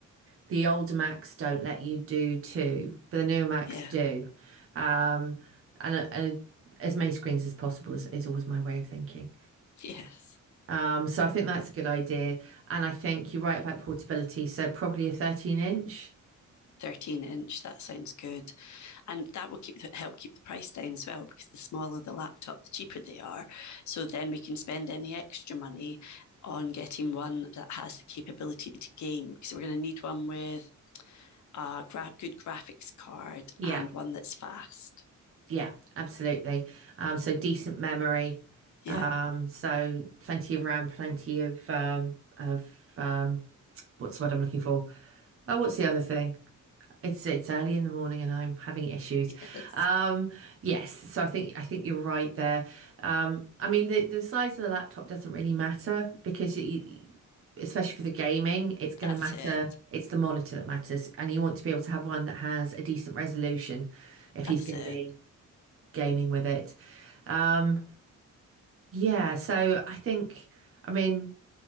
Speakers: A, on the right; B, on the left.
A: the older Macs don't let you do two, but the newer Macs
B: yeah,
A: do. Um, and uh, and as many screens as possible is, is always my way of thinking.
B: yes.
A: Um, so I think that's a good idea. And I think you're right about portability. So probably a 13 inch.
B: 13 inch, that sounds good. and that will keep the, help keep the price down as well because the smaller the laptop, the cheaper they are. So then we can spend any extra money on getting one that has the capability to game because we're going to need one with a gra- good graphics card
A: Yeah,
B: and one that's fast.
A: yeah, absolutely. Um, so decent memory.
B: Yeah,
A: Um, so plenty of RAM, plenty of um, of um, what's the word I'm looking for? Oh, what's the other thing? It's it's early in the morning and I'm having issues.
B: <laughs> yes,
A: Um, yes, so I think I think you're right there. Um, I mean the the size of the laptop doesn't really matter because you, especially for the gaming, it's going
B: that's
A: to matter.
B: it.
A: It's the monitor that matters, and you want to be able to have one that has a decent resolution if
B: That's
A: he's going
B: it.
A: to be gaming with it. Um, yeah, so I think I mean